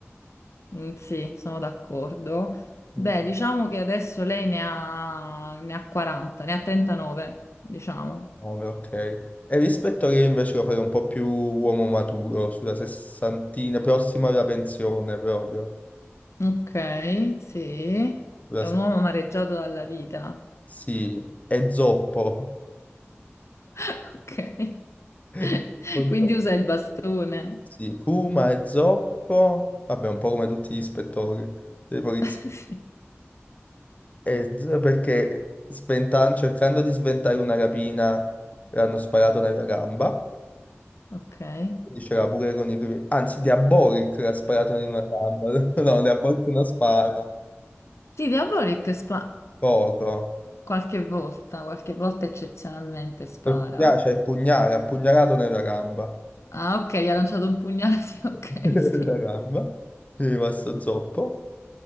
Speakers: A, on the left; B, on the left.
A: Mm, Sì, sono d'accordo. Beh,
B: Mm.
A: diciamo che adesso lei ne ha, ne ha 40, ne ha 39, diciamo.
B: Nove, ok. E rispetto a che invece lo farei un po' più uomo maturo, sulla sessantina, prossimo alla pensione proprio.
A: Ok, sì.
B: Sulla
A: È un
B: se-
A: uomo amareggiato dalla vita.
B: Sì, è zoppo.
A: <laughs> Ok.
B: <laughs>
A: <laughs>
B: Un
A: Quindi
B: po'
A: usa il bastone.
B: Sì, Kuma è zoppo, vabbè, un po' come tutti gli ispettori dei poliziotti.
A: <laughs> Sì,
B: Eh, perché sventan- cercando di sventare una rapina le hanno sparato nella gamba,
A: ok.
B: quindi c'era pure con i primi... Anzi, Diabolic l'ha sparato in una gamba, <laughs> no, Diabolic non spara,
A: Sì, Diabolik spa
B: poco.
A: qualche volta, qualche volta eccezionalmente spara.
B: Pugna- Cioè, pugnale, ha pugnalato nella gamba.
A: Ah, ok, gli ha lanciato un pugnale, <laughs> sì, ok,
B: <laughs> La
A: sì.
B: gamba, gli è rimasto zoppo.